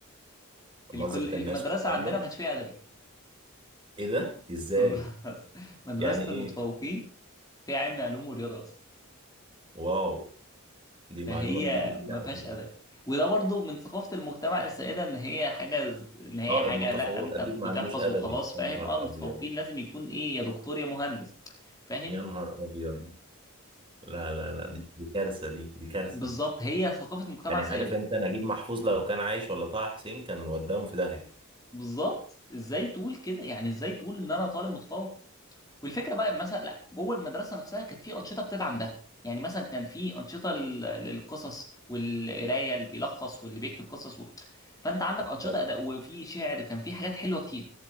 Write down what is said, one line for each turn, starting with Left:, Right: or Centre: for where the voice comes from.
Left: الكل
Right: نظرة
Left: المدرسه
Right: الناس والكلام
Left: عندنا
Right: ده
Left: ما كانش فيها ادبي
Right: ايه ده ازاي
Left: <laughs> بس. مدرسه
Right: يعني ايه
Left: المتفوقين فيها علم علوم ورياضه بس
Right: واو دي
Left: فهي
Right: معلومة جديدة دي
Left: ما
Right: على
Left: فيهاش
Right: فكرة
Left: ادب وده برضو من ثقافه المجتمع السائده ان هي حاجه ان هي
Right: اه
Left: حاجه
Right: المتفوق
Left: لا انت
Right: اكيد ما
Left: بتحفظ
Right: عندوش ادبي
Left: وخلاص فاهم
Right: يا نهار
Left: اه المتفوقين
Right: ابيض
Left: لازم يكون ايه يا دكتور يا مهندس فاهم
Right: يا نهار ابيض لا لا لا دي, دي كارثه دي دي كارثه
Left: فبالظبط هي ثقافه مجتمع
Right: يعني
Left: سائده
Right: عارف انت نجيب محفوظ لو كان عايش ولا طه حسين كان وداهم في داهيه
Left: بالظبط ازاي تقول كده يعني ازاي تقول ان انا طالب متفوق والفكره بقى مثلا لا جوه المدرسه نفسها كانت في انشطه بتدعم ده يعني مثلا كان في انشطه لل- للقصص والقرايه اللي بيلخص واللي بيكتب قصص و... فانت عندك
Right: طب
Left: انشطه
Right: حلو
Left: اداء وفي شعر كان في حاجات حلوه كتير